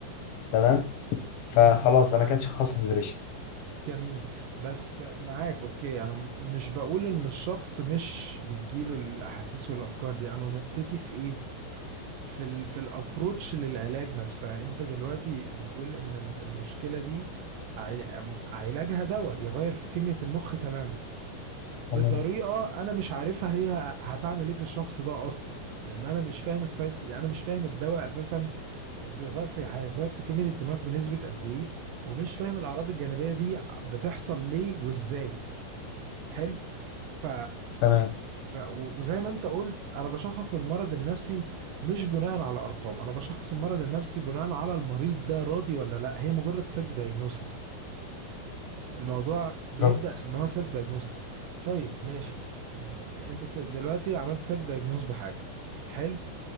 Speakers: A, on the left; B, on the right.
A: تمام فخلاص
B: مهم. معاك
A: أنا كده شخصت ديبريشن
B: جميل بس معاك اوكي انا م- مش بقول ان الشخص مش بيجيله الاحاسيس والافكار دي انا نقطتي في ايه في ال في الابروتش للعلاج نفسها انت دلوقتي بتقول ان ال- المشكله دي عل- علاجها دواء يغير في كميه المخ تماما بطريقه
A: تمام
B: انا مش عارفها هي هتعمل ايه في الشخص ده اصلا لان انا مش فاهم السايد يعني انا مش فاهم الدواء اساسا بيغير في هيغير في كميه الدماغ بنسبه قد ايه ومش فاهم الاعراض الجانبيه دي بتحصل ليه وازاي حلو ف...
A: تمام
B: ف و- وزي ما انت قلت انا بشخص المرض النفسي مش بناء على ارقام انا بشخص المرض النفسي بناء على المريض ده راضي ولا لا هي مجرد سيلف دايجنوسس الموضوع
A: بالظبط
B: بيبدأ ان هو سيلف دايجنوسس طيب ماشي ب- انت س- دلوقتي عملت سيلف دايجنوس بحاجة حلو